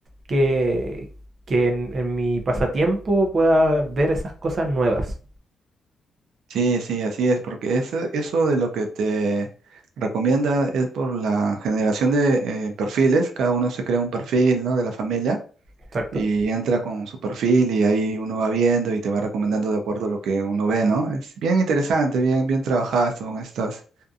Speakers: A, on the right; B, on the right.
A: que, que en, en mi pasatiempo pueda ver esas cosas nuevas.
B: Sí, sí, así es, porque eso, eso de lo que te recomienda es por la generación de eh, perfiles, cada uno se crea un perfil, ¿no? de la familia
A: Exacto.
B: y entra con su perfil y ahí uno va viendo y te va recomendando de acuerdo a lo que uno ve, ¿no? Es bien interesante, bien, bien trabajadas son estas,